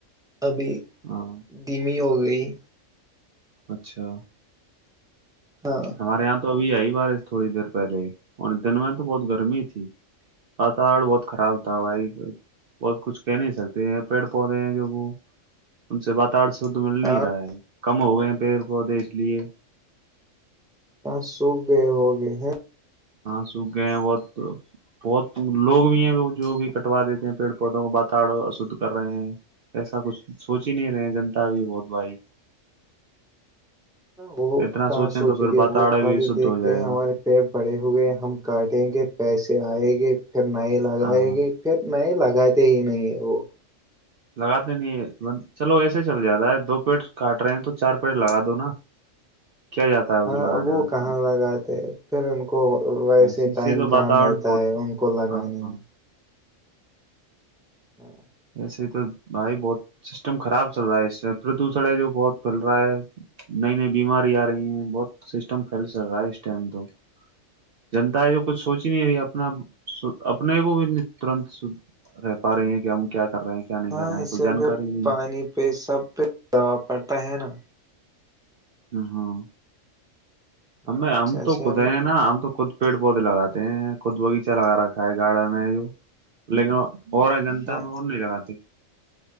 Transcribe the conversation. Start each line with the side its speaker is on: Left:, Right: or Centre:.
Centre: ابھی
Right: ہاں
Centre: دھیمی ہو گیا کوئی <unintelligible>
Right: اچھا
Centre: ہاں
Right: ہمارے یہاں تو ابھی آئی بارش تھوڑی دیر پہلے اور دن میں تو بہت گرمی تھی واتور بہت خراب تھا بھائی بہت کچھ کہہ نہیں سکتے ہیں پیڑ پودے ہیں جو وہ ان سے واتور شھ مل نہیں
Centre: ہاں
Right: رہا ہے کم ہو گئے پیڑ پودے اس لیے
Centre: کہاں سوکھ گئے ہو گئے ہیں
Right: ہاں سوکھ گئے ہیں بہت بہت لوگ بھی ہیں جو بھی کٹوا دیتے ہیں پیڑ پودوں کو باتڑ اشھ کر رہے ہیں ایسا کچھ سوچ ہی نہیں رہے ہیں جنتا بھی بہت بھائی
Centre: وہ
Right: اتنا
Centre: کہاں سوچیں
Right: تو پھر
Centre: گے
Right: باتاڑا
Centre: وہ خالی
Right: بھی شدھ
Centre: دیکھتے
Right: ہو جائے
Centre: ہیں
Right: گا
Centre: ہمارے پیڑ بڑے ہوئے ہیں ہم کاٹیں گے پیسے آئے گے پھر ن لگائے
Right: ہاں ہاں
Centre: گی پھر ن لگ لگاتے ہی نہیں وہ
Right: لگاتے نہیں ہے بند چلو ایسے چل جاتا ہے دو پیڑ کاٹ رہے ہیں تو چار پیڑ لگا دو نا کیا جاتا ہے اسے
Centre: ہاں
Right: لگانے
Centre: وہ
Right: میں
Centre: کہاں لگاتے پھر ان کو ویسے
Right: اسی
Centre: ٹائم
Right: سے تو
Centre: کہاں
Right: واتاورن
Centre: ملتا
Right: بہت
Centre: ہے ان کو لگانے
Right: ہاں
Centre: میں ہاں
Right: سے تو بھائی بہت سسٹم خراب چل رہا ہے پردوشن ہے جو بہت پھیل رہا ہے نئی نئی بیماری آ رہی ہیں بہت سسٹم پھیل چل رہا ہے اس ٹائم تو جنتا ہے جو کچھ سوچ ہی نہیں رہی ہے اپنا ھ اپنے کو بھی ترنت سھ رہ پا رہی ہیں کہ ہم کیا کر رہے ہیں کیا نہیں
Centre: ہاں
Right: کر رہے ہیں
Centre: اسے
Right: کوئی جانکاری
Centre: پھر
Right: نہیں
Centre: پانی پہ سب پہ دوا پڑتا ہے نا
Right: ہ ہاں
Centre: ہاں
Right: ہم ہم
Centre: جیسے
Right: تو خود
Centre: ہم
Right: ہیں نا ہم تو خود پیڑ پودے لگاتے ہیں خود باغیچہ لگا رکھا ہے گارڈن ہے جو لیکن اور ہے جنتا
Centre: ہاں
Right: میں اور نہیں لگاتی